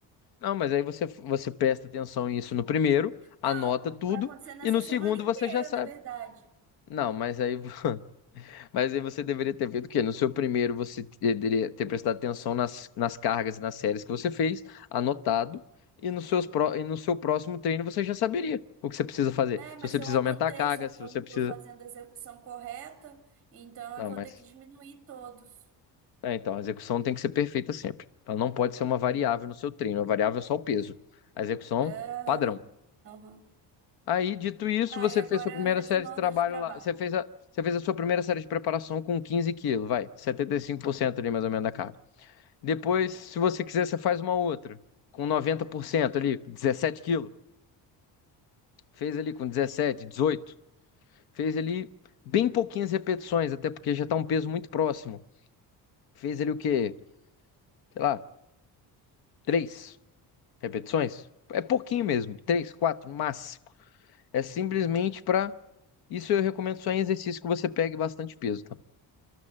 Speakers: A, on the left; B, on the right.
A: não, mas aí você, você presta atenção nisso no primeiro, anota
B: Não,
A: tudo,
B: vai acontecer nessa
A: e no
B: semana
A: segundo
B: inteira,
A: você já sabe.
B: na verdade.
A: Não, mas aí, vo- <laughs> mas aí você deveria ter feito o quê? No seu primeiro você deveria ter prestado atenção nas, nas cargas e nas séries que você fez, anotado, e, nos seus, pró- e no seu próximo treino você já saberia o que você precisa fazer.
B: É, mas
A: Se você
B: eu
A: precisa
B: anotei,
A: aumentar a carga,
B: só que
A: se você
B: eu não
A: precisa.
B: tô fazendo a execução correta, então
A: Não,
B: eu vou
A: mas.
B: ter que diminuir todos.
A: É, então, a execução tem que ser perfeita sempre. Ela não pode ser uma variável no seu treino. A variável é só o peso. A execução,
B: É.
A: padrão.
B: aham.
A: Aí, dito isso,
B: Ah,
A: você
B: e agora
A: fez sua primeira
B: resumão
A: série de trabalho
B: das de trabalho.
A: lá. Você fez a, você fez a sua primeira série de preparação com 15 quilos, vai. setenta e cinco por cento ali, mais ou menos, da carga. Depois, se você quiser, você faz uma outra. Com 90% ali, dezessete quilos. Fez ali com 17, 18. Fez ali bem pouquinhas repetições, até porque já está um peso muito próximo. Fez ali o quê? Sei lá, três. repetições. É pouquinho mesmo, três, quatro, mas é simplesmente para isso eu recomendo só em exercício que você pegue bastante peso, tá?